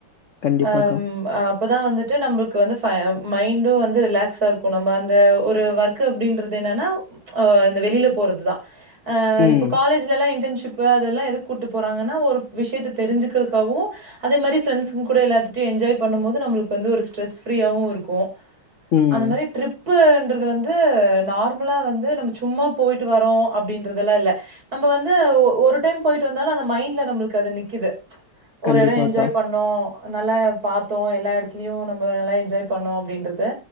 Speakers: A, on the left (about 80°); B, on the right (about 45°).
A: கண்டிப்பாக்கா
B: அ ம் அப்பதா வந்துட் த்து நம்மளுக்கு வந்து ஃப மைண்டு வந்து ரிலாக்ஸா இருக்கு நம்ம அந்த ஒரு ஒர்க் அப்படின்றது என்னன்னா அ இந்த வெளில போறதுதா அ
A: ம்
B: இப்போ காலேஜ்லல்லா இன்டர்ன்ஷிப் ப்பு அதெல்லா எதுக் கூட்டு போறாங்கன்னா ஒரு விஷயத்த தெரி்ஞ்சுக்கிறக்காகவு அதே மாரி ஃப்ரண்ட்ஸ்ங்க கூட எல்லாத் த்துட்டயு எஞ்ஜாய் பண்ணும் போது நம்மலுக்கு வந்து ஒரு ஸ்ட்ரஸ் ஃபிரீயாவு இருக்கு
A: ம்
B: அந்த மாரி ட்ரிப் இது வந்து நார்மலா வந்து நம்ம சும்மா போயிட்டு வரோ அப்படின்றதெல்லா இல்ல நம்ம வந்து ஒ ஒரு டைம் போயிட்டு வந்தாலு அந்த மைண்ட்ல நம்மளுக்கு அது நிக்குது ஒரு
A: கண்டிப்பாக்கா
B: எடொ என்ஜாய் பண்ணோ நல்லா பாத்தோ எல்லா எடத்துலயு நம்ம நல்லா எஞ்ஜாய் பண்ணோ அப்படின்றது